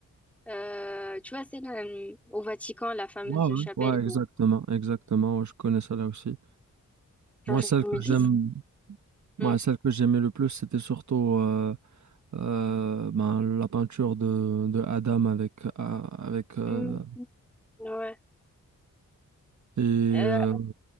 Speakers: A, in the centre; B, on the right.
A: Euh, tu vois, c'est là, euh, au Vatican, la fameuse
B: Ouais, ouais.
A: chapelle
B: Ouais, exactement,
A: où,
B: exactement, ouais, je connais ça là aussi.
A: genre,
B: Moi,
A: je
B: celle que
A: me dis,
B: j'aime, moi,
A: Mm.
B: celle que j'aimais le plus, c'était surtout euh, euh, ben, la peinture de, de Adam avec, a- avec euh,
A: Mm. ouais,
B: et,
A: Euh,
B: euh,